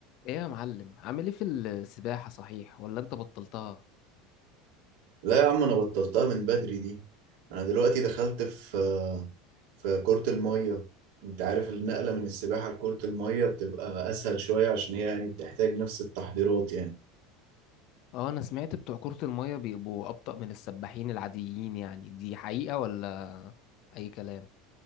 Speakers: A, on the left; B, on the right.
A: ايه يا معلم عامل ايه في السباحة صحيح ولا انت بطلتها
B: لا يا عم انا بطلتها من بدري دي انا دلوقتي دخلت في في كرة المية انت عارف النقلة من السباحة لكرة المية بتبقى اسهل شوية عشان هي يعني بتحتاج نفس التحضيرات يعني
A: اه انا سمعت بتوع كرة المية بيبقوا ابطأ من السباحين العاديين يعني دي حقيقة ولا اي كلام